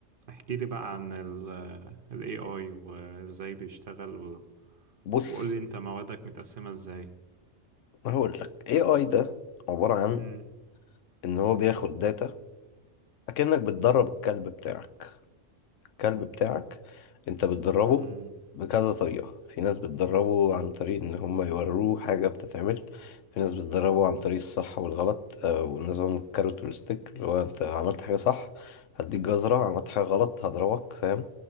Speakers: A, on the right; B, on the left.
A: احكي لي بقى عن ال ال AI وازاي بيشتغل و...
B: بص
A: وقول لي انت موادك متقسمة ازاي
B: هقول لك اي اي ده عباره عن
A: امم
B: ان هو بياخد داتا اكنك بتدرب الكلب بتاعك الكلب بتاعك انت بتدربه
A: امم
B: بكذا طريقة في ناس بتدربه عن طريق ان هم يوروه حاجة بتتعمل في ناس بتدربه عن طريق الصح والغلط آه، ونظام الكاروت والستيك اللي هو انت عملت حاجة صح هديك جزرة عملت حاجة غلط هضربك فاهم